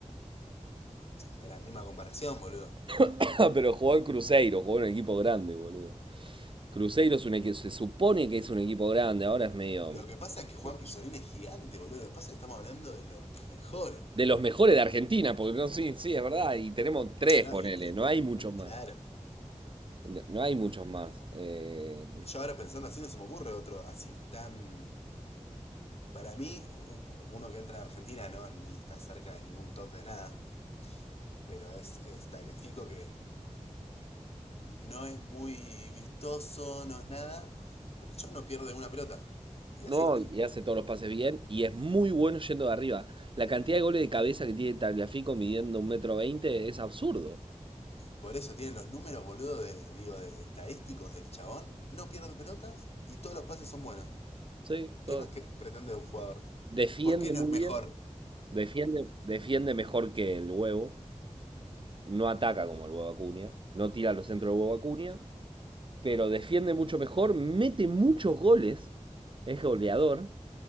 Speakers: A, on the left; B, on the right.
A: Es la misma comparación, boludo.
B: <laughs> Pero jugó en Cruzeiro, jugó en un equipo grande, boludo. Cruzeiro es un equipo, se supone que es un equipo grande, ahora es medio
A: Lo que pasa es que Juan
B: qué sé
A: Pisorina
B: yo,
A: es gigante, boludo. Lo que pasa es que estamos hablando de los mejores.
B: de los mejores de Argentina, porque no, sí, sí, es verdad, y tenemos tres,
A: No,
B: ponele,
A: y, y
B: no hay muchos más.
A: claro.
B: No no hay muchos más. Eh,
A: Yo ahora pensando así no se me ocurre otro así tan... Para mí, uno que entra en Argentina no ni está cerca de ningún top de nada, pero es, es Tagliafico que no es muy vistoso, no es nada, pero el chabón no pierde una pelota y
B: No,
A: asiste.
B: y hace todos los pases bien y es muy bueno yendo de arriba. La cantidad de goles de cabeza que tiene Tagliafico midiendo un metro veinte es absurdo.
A: Por eso tiene los números, boludo, de, digo, de estadísticos del chabón. No pierde pelotas y todos los pases son buenos.
B: Sí, todo-
A: ¿Qué más que pretende un jugador?
B: Defiende
A: ¿Por qué no
B: muy
A: es mejor?
B: bien, defiende, defiende mejor que el huevo, no ataca como el huevo Acuña, no tira a los centros del huevo Acuña, pero defiende mucho mejor, mete muchos goles, es goleador,